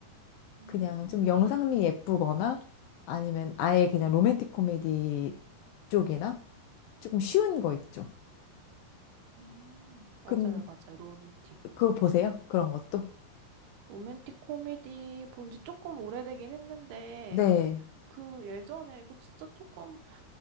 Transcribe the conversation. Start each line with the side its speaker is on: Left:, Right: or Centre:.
Right: 음,
Left: 그냥 좀 영상미 예쁘거나 아니면 아예 그냥 로맨틱 코미디 쪽이나 조금 쉬운 거 있죠.
Right: 음, 맞아요,
Left: 근
Right: 맞아요. 로맨틱.
Left: 그거 보세요. 그런 것도.
Right: 로맨틱 코미디 본지 조금 오래되긴 했는데,
Left: 네.
Right: 그 예전에, 그 진짜 조금,